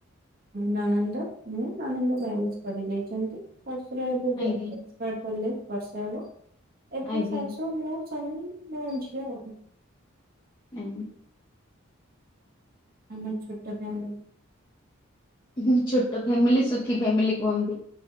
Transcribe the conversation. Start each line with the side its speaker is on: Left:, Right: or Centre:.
Right: ନଣନ୍ଦ ମୁଁ ନଣନ୍ଦ ମ୍ୟାରେଜ କରିଦେଇଛନ୍ତି। ଶଶୁର ଏବେ
Left: ଆଜ୍ଞା
Right: ଜଷ୍ଟ ଏକ୍ସପାଇଡ ବର୍ଷ ହବ ଏବେ
Left: ଆଜ୍ଞା
Right: ସାଶୁ ମୁଁ <inaudible>
Left: ହୁଁ।
Right: ଆମର ଛୋଟ ଫ୍ୟାମିଲି।
Left: ହୁଁ ଛୋଟ ଫ୍ୟାମିଲି ସୁଖି ଫ୍ୟାମିଲି କୁହନ୍ତି।